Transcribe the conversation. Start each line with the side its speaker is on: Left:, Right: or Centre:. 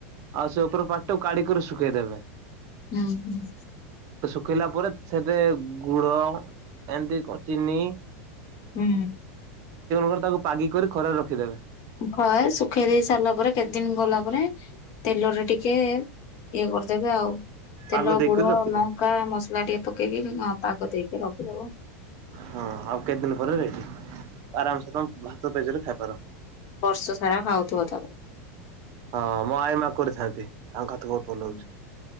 Right: ଆଉ ସେ ଓପର ପାଟଟାକୁ କାଢିକରି ଶୁ ଶୁକେଇଦେବେ।
Left: ଉଁ ହୁଁ।
Right: ଶୁକେଇଲା ପରେ ସେଥିରେ ଗୁଡ ଏମିତି କ-ଚିନି
Left: ହୁଁ
Right: କଣ ତାକୁ ପାଗି କରି ଖରାରେ ରଖିଦେବେ
Left: ହୁଁ ଖରାରେ ଶୁଖେଇ ଦେଇ ସାରିଲା ପରେ କେତେ ଦିନ ଗଲା ପରେ ତେଲରେ ଟିକେ ଇଏ କରିଦେବେ ଆଉ। ତେଲ
Right: ପାଗ ଦେଇକରି
Left: ଗୁଡ
Right: ରଖିଦେବେ।
Left: ଲଙ୍କା ମସଲା ଟିକେ ପକେଇକି ପାଗ ଅ ଦେଇ ରଖ
Right: ହଁ ଆଉ କେତେ ଦିନ ପରେ ଆରାମସେ ତମେ ଭାତ ପେଜରେ ଖାଇପାର।
Left: ବର୍ଷ ସାରା ଖାଉଥିବ ତାପରେ।
Right: ହଁ ମୋ ଆଇ ମା କରିଥାନ୍ତି। ତାଙ୍କ ହାତ ବହୁତ ଭଲ
Left: ହୁଁ
Right: ହଉଛି।